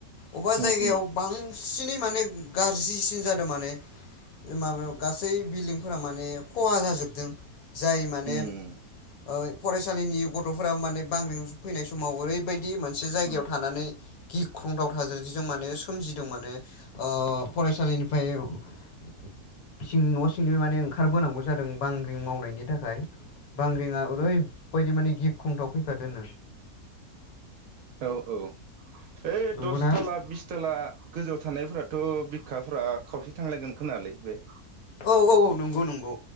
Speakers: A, on the left (about 70°); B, on the right (about 70°).
A: अबा
B: उम
A: जायगायाव
B: उम
A: बां सिनै माने गाज्रिसिन जादों माने माबायाव गासै बिल्डिंफोरा माने खहा जाजोबदों जाय माने
B: उम
A: ओ फरायसालिनि गथ'फोरा माने बांग्रिं फैनाय समाव ओरैबायदि मोनसे जायगायाव
B: उम
A: थानानै गिख्रंथाव थासारिजों माने सोमजिदों माने ओ फरायसालिनिफ्राय न' सिंनि माने ओंखारबोनांगौ जादों बांग्रिं मावनायनि थाखाय बांग्रिंआ ओरैबायदि माने गिख्रंथाव फैखा दोनो।
B: औ औ ओइ
A: नंगौना?
B: दसथाला बिसथाला गोजौ थानायफोराथ' बिखाफ्रा खावसे थांलायगोन खोनालै बे?
A: औ औ औ नंगौ नंगौ।